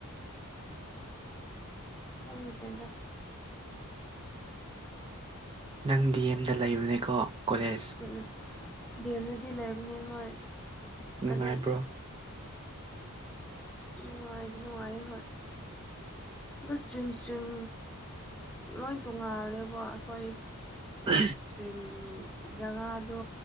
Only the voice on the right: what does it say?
ꯅꯪ ꯗꯤ ꯑꯦꯝꯗ ꯂꯩꯕꯅꯦꯀꯣ ꯀꯣꯂꯦꯖ
ꯅꯨꯡꯉꯥꯏꯕ꯭ꯔꯣ
ꯎ